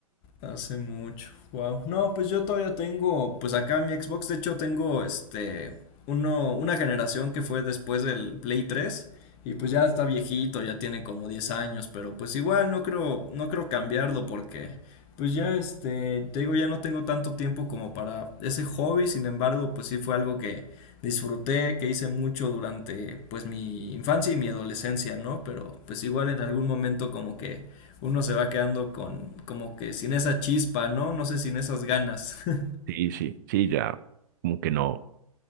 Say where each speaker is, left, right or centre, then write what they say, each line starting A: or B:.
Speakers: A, on the left (about 25°); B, on the right (about 30°).
A: Hace mucho. Wow. No, pues yo todavía tengo, pues acá mi Xbox, de hecho tengo este uno una generación que fue después del Play 3 y pues ya está viejito, ya tiene como 10 años, pero pues igual no creo no creo cambiarlo porque pues ya este, te digo, ya no tengo tanto tiempo como para ese hobby, sin embargo, pues sí fue algo que disfruté, que hice mucho durante pues mi infancia y mi adolescencia, ¿no? Pero pues igual en algún momento como que uno se va quedando con como que sin esa chispa, ¿no? No sé, sin esas ganas. <laughs>
B: Sí, sí, sí, ya como que no,